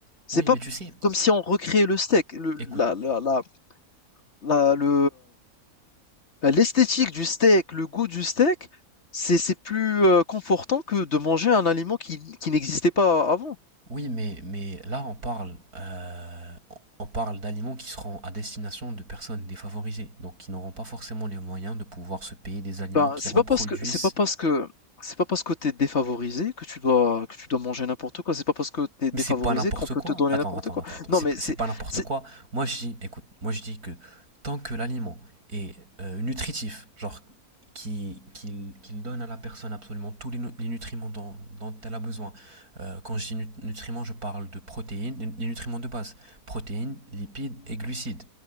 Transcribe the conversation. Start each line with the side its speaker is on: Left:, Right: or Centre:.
Left: C'est
Right: Oui,
Left: pas
Right: mais tu sais,
Left: comme si on recréait le steak, le,
Right: écoute.
Left: la, la, la, la- le, euh, l'esthétique du steak, le goût du steak, c'est, c'est plus euh, confortant que de manger un aliment qui, qui n'existait pas avant.
Right: Oui, mais, mais là, on parle, euh, on parle d'aliments qui seront à destination de personnes défavorisées, donc qui n'auront pas forcément les moyens de pouvoir se payer des aliments
Left: Ben,
Right: qui
Left: c'est
Right: reproduisent
Left: pas parce que c'est pas parce que c'est pas parce que t'es défavorisé que tu dois que tu dois manger n'importe quoi. C'est pas parce que t'es
Right: Mais
Left: défavorisé
Right: c'est pas n'importe
Left: qu'on peut
Right: quoi.
Left: te donner
Right: Attends,
Left: n'importe
Right: attends,
Left: quoi.
Right: attends, attends.
Left: Non,
Right: C'est,
Left: mais c'est
Right: pas n'importe
Left: c'est
Right: quoi. Moi, je dis, écoute, moi, je dis que tant que l'aliment est euh, nutritif, genre qu'il qui- qui, qu'il donne à la personne absolument tous les, les nutriments dont, dont elle a besoin. Euh, quand je dis nu- nutriments, je parle de protéines, les, les nutriments de base, protéines, lipides et glucides,